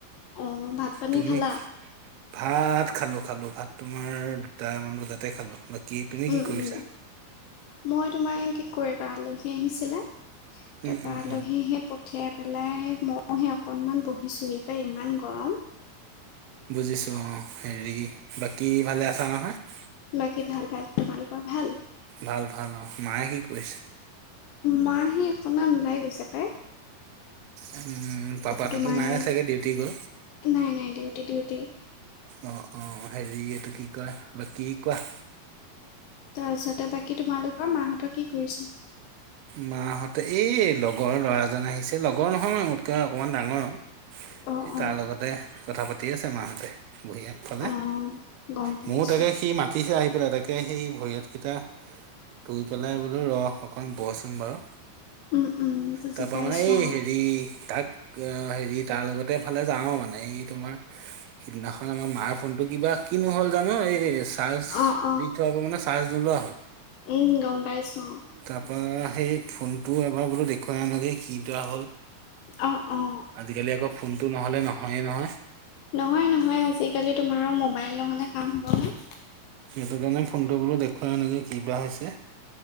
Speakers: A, on the left (about 85°); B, on the right (about 80°).
A: অ', অ', ভাত পানী
B: তুমি?
A: খালা?
B: ভাত খালো-খালো ভাত তোমাৰ দুটা মান বজাতে খালো বাকী তুমি
A: উম,
B: কি কৰিছা?
A: উম, মই, তোমাৰ কি কৰিবা আলহী আহিছিলে তাৰপৰা
B: উম, উম,
A: আলহী
B: উম,
A: আহি পঠিয়াই পেলাই ময়হে অকণমান বহিছোঁসি ইমান গৰম।
B: বুজিছো অ' হেৰি বাকী ভালে আছা নহয়?
A: বাকী ভাল ভাল, তোমালোকৰ ভাল?
B: ভাল ভাল অ' মায়ে কি কৰিছে?
A: মাহে অকনমান ওলাই গৈছে পাই।
B: উম, পাপাটোতো
A: তোমাৰ
B: নাই
A: সেই
B: চাগে ডিউটি গ'ল?
A: নাই নাই ডিউটি-ডিউটি।
B: অ', অ' হেৰি এইটো কি কয় বাকি কি কয়?
A: তাৰপিছতে বাকী তোমালোকৰ মাহঁতে কি কৰিছে?
B: মাহঁতে, এই লগৰ ল'ৰাজন আহিছে লগৰ নহয় মানে, মোতকৈ অকমান ডাঙৰ আৰু।
A: অ',
B: স
A: অ',
B: তাৰ লগতে কথা পাতি আছে মাহঁতে বহি আগফালে।
A: অ'। গম পাইছো।
B: ময়ো তাকে সি মাতিছে আহি পেলাই, তাকে সেই ভৰিয়তকেইটা ধুই পেলাই বোলো ৰস অকন বচ শন বাৰু
A: উম, উম, বুজি
B: তাৰপা
A: পাইছোঁ
B: মানে এই
A: অ'।
B: হেৰি ধাক এ হেৰি তাৰ লগতেফালে যাওঁ মানে এই তোমাৰ। সিদিনাখন আমাৰ মাৰ ফোনতটো কিবা কিনো হ'ল জানো এই চাৰ্জ
A: অ', অ',
B: দি থোৱা পৰা মানে চাৰ্জ নোলোৱা হ'ল।
A: উম, গম পাইছোঁ।
B: তাৰপা সেই ফোনটো এবাৰ বোলো দেখুৱাই আনোগে কি বেয়া হল?
A: অ', অ'।
B: আজিকালি আকৌ ফোনটো নহ'লে নহয়ে নহয়।
A: নহয় নহয়, আজিকালি তোমাৰ মোবাইল নহলে কাম হ'বনে?
B: সেইটো কাৰণে ফোনটো বোলো দেখুৱাই আনোগে কিবা হৈছে?